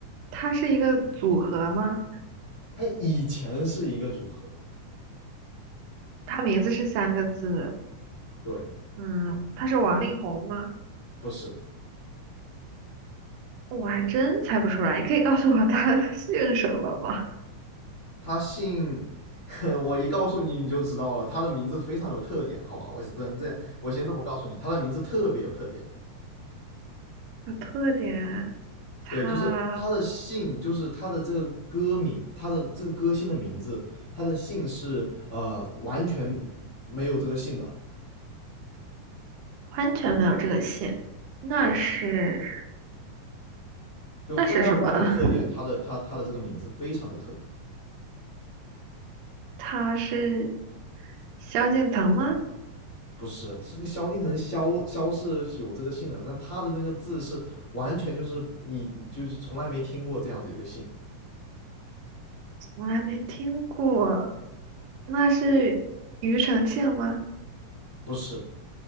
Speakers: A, on the right (about 75°); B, on the left (about 85°).
A: 他是一个组合吗？
B: 他以前是一个组合，
A: 他名字是三个字，
B: 对，
A: 嗯，他是王力宏吗？
B: 不是，
A: 我还真猜不出来，你可以告诉我他 <laughs> 姓什么吗？
B: 他姓，我一告诉你你就知道了，他的名字非常有特点，好吧？我是这样这样，我先这么告诉你，他的名字特别有特点。
A: 有特点，他
B: 对，就是他的姓，就是他的这个歌名，他的这个歌星的名字，他的姓是呃完全没有这个姓的，
A: 完全没有这个姓，那是
B: 对，就非常非常有特点。
A: 那是什么？<laughs>
B: 他的他他的这个名字非常有特点，
A: 他是萧敬腾吗？
B: 不是这个萧敬腾萧萧是有这个姓的，但他的那个字是完全就是你就是从来没听过这样子一个姓，
A: 我还没听过，那是庾澄庆吗？
B: 是